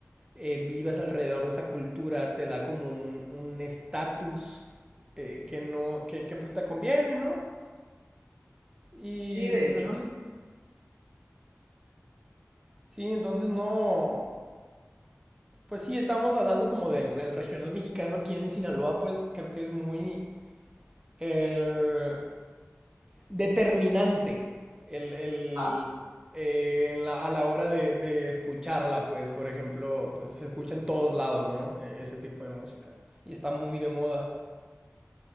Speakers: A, on the right; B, on the right.
A: eh, vivas alrededor de esa cultura, te da como un estatus un eh, que no, que, que, pues te conviene, ¿no? Y
B: sí, de
A: pues
B: hecho.
A: así. Sí, entonces no, pues sí, estamos hablando como del el regional mexicano aquí en Sinaloa, pues creo que es muy... Eh, determinante el, el,
B: Ah,
A: eh, en la- a la hora de, de escucharla, pues, por ejemplo, pues se escucha en todos lados, ¿no? E- Ese tipo de música. Y está muy de moda.